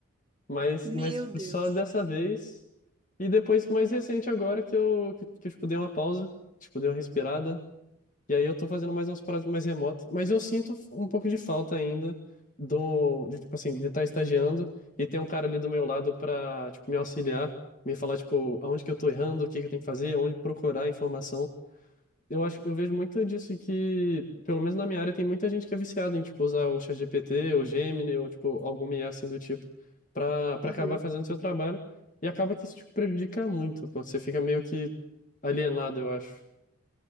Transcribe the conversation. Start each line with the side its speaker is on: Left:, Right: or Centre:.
Left: Mas,
Right: Meu
Left: mas tipo,
Right: Deus.
Left: só dessa vez e depois mais recente agora que eu que, que eu, tipo dei uma pausa, tipo dei uma respirada, e aí eu tô fazendo mais umas paradas mais remotas, mas eu sinto um pouco de falta ainda do, de, tipo assim, de estar estagiando e ter um cara ali do meu lado pra, tipo, me auxiliar, me falar, tipo, aonde que eu tô errando, o que que eu tenho que fazer, aonde procurar informação. Eu acho, eu vejo muito disso que, pelo menos na minha área, tem muita gente que é viciada em, tipo, usar o ChatGPT, ou Gemini, ou, tipo, alguma IA assim do tipo, pra, pra
Right: Uhum.
Left: acabar fazendo seu trabalho. E acaba que isso, tipo, prejudica muito, pô. Você fica meio que alienado, eu acho.